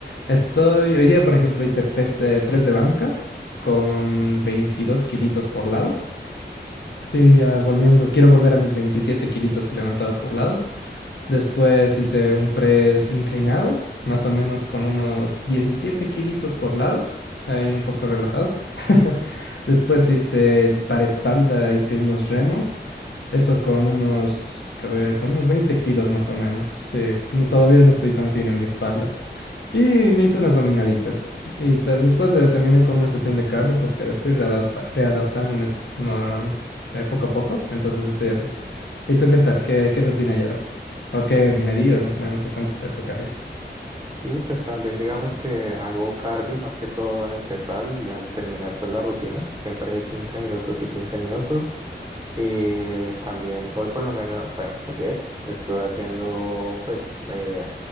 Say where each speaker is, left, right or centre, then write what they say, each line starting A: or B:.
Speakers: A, on the left; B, on the right.
A: Estoy, hoy día, por ejemplo, hice pes- eh, press de banca con 22 kilitos por lado. Estoy ya volviendo, quiero volver a mis 27 kilitos que levantaba por lado. Después hice un press inclinado, más o menos con unos 17 kilitos por lado, ahí un poco relajado. <laughs> Después hice para espalda, hice unos remos, eso con unos, que a ver, con unos 20 kilos más o menos. Sí, no- todavía no estoy tan fino en mi espalda. Y me hice unas dominaditas. Y ta- después la terminé con una sesión de cardio porque estoy readapta- readaptándome no, eh, poco a poco. Entonces estoy así. ¿Y tú qué tal? ¿Qué, qué rutina llevas? ¿O qué medidas más o menos? ¿O cuánto peso cargas?
B: Sí, pues también digamos que hago cardio más que todo al empezar y al terminar pues la rutina, siempre 15 minutos y 15 minutos. Y también hoy por lo menos, bueno, ayer estuve haciendo pues eh,